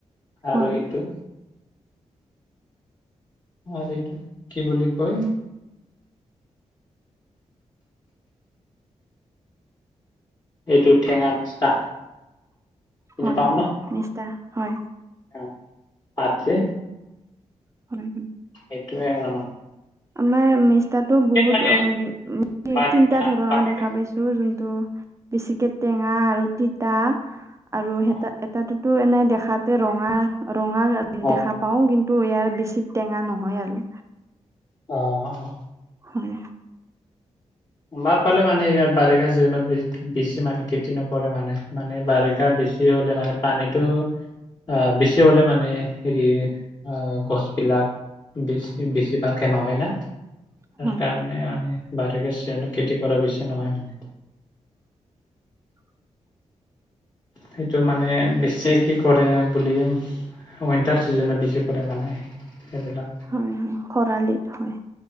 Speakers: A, on the right (about 25°); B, on the left (about 30°).
A: হয়
B: আৰু এইটো। আৰু এইটো কি বুলি কয়? এইটো ঠেঙা মিছা। চিনি
A: হয়
B: পাও
A: হয়,
B: ন
A: নিষ্ঠা হয়।
B: অ' পাত যে।
A: হয় হয়
B: সেইটোৱে অ'।
A: আমাৰ মেষ্টাটোক বহুত
B: মানে
A: <unintelligible>
B: বাৰিষা
A: তিনটা ধৰণৰ
B: বাৰিষা
A: দেখা পাইছো যোন তো, বেছিকৈ টেঙা আৰু তিতা আৰু এটা
B: অ
A: এটাতো এনেই দেখাতে ৰঙা ৰঙা
B: অ
A: দেখা পাওঁ, কিন্তু ইয়াৰ বেছি টেঙা নহয় আৰু
B: অঁ অঁ।
A: হয়।
B: <unintelligible> পালে মানে ইয়াত বাৰিষা চিজনত <unintelligible> বেছি মানে খেতি নকৰে মানে মানে বাৰিষা বেছি বেছি হলে মানে পানীটো আহ বেচি হলে মানে হেৰি আহ গছ বিলাক বেছি বেছিভাগকে নহয় না তাৰকাৰণে
A: হয়
B: <unintelligible> <unintelligible> তেন্তে খেতি কৰা বেছি নহয় মানে
A: <inaudible>
B: সেইটো মানে বেছিকে কৰে বুলি উইণ্টাৰ চিজনত বেছি কৰে মানে সেইবিলাক
A: হয় হয়, খৰালিট হয়